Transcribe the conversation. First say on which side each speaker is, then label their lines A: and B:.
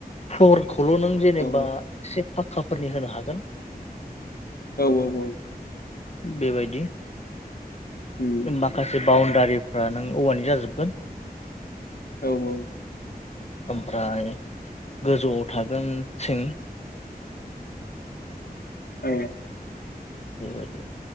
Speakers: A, on the left (about 40°); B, on the left (about 70°).
A: फ्लरखौल नों जेनेबा
B: औ
A: एसे पाक्काफोरनि होनो हागोन।
B: औ औ औ।
A: बेबायदि
B: उम
A: माखासे बाउण्डारि फ्रा नों औवानि जाजोबगोन
B: औ औ
A: ओमफ्राय गोजौआव थागोन थिं।
B: औ
A: बेबायदि